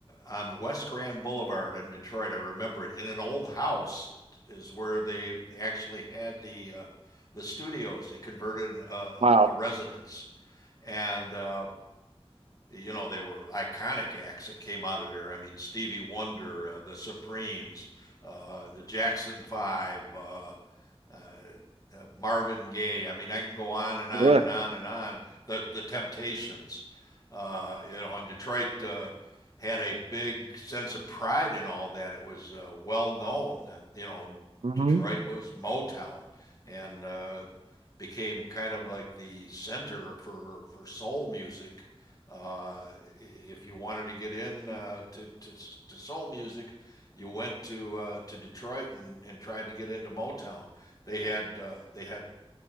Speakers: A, on the left (about 35°); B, on the right (about 75°).
A: on West Grand Boulevard in Detroit. I remember it. In an old house is where they, they actually had the uh, the studios. They converted an, a-
B: Wow.
A: a residence, and uh, you know they were iconic acts that came out of there. I mean Stevie Wonder, uh, the Supremes, uh, the Jackson Five. Uh, uh, uh, Marvin Gaye. I mean, I can go on and on
B: Sure.
A: and on and on. The the Temptations, uh, you know, and Detroit uh, had a big sense of pride in all that. It was uh, well known that you know
B: Mm-hmm.
A: Detroit was Motown, and uh, became kind of like the center for for soul music. Uh, if you wanted to get in uh, to, to to soul music, you went to uh, to Detroit and, and tried to get into Motown. They had uh, they had